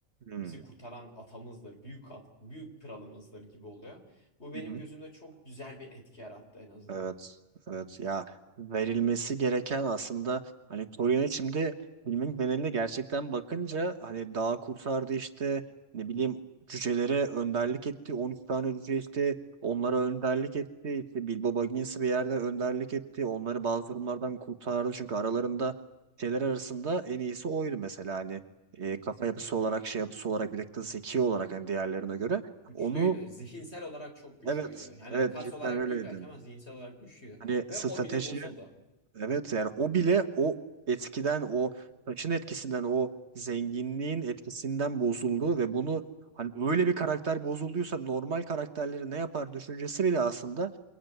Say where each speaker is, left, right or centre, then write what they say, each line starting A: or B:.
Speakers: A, on the right (about 55°); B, on the left (about 55°).
A: Hı hı.
B: Bizi kurtaran atamızdır, büyük at- büyük kralımızdır gibi oluyor. Bu
A: hı.
B: benim gözümde çok güzel bir etki yarattı en azından.
A: Evet, evet ya verilmesi gereken aslında hani Torino şimdi filmin geneline gerçekten bakınca hani dağ kurtardı işte ne bileyim cücelere önderlik etti 13 tane cüce işte onlara önderlik etti işte Bilbo Baggins'i bir yerde önderlik etti onları bazı durumlardan kurtardı çünkü aralarında şeyler arasında en iyisi oydu mesela hani e, kafa yapısı olarak şey yapısı olarak bir de zeki olarak hani diğerlerine göre
B: Güçlüydü.
A: onu
B: Zihinsel olarak çok güçlüydü.
A: Evet,
B: Yani
A: evet
B: kas
A: cidden
B: olarak
A: öyleydi.
B: değil belki ama zihinsel olarak güçlüydü.
A: Hani
B: Ve
A: strateji,
B: o bile bozuldu.
A: evet yani o bile o etkiden, o taşın etkisinden, o zenginliğin etkisinden bozuldu ve bunu hani öyle bir karakter bozulduysa normal karakterleri ne yapar düşüncesi bile aslında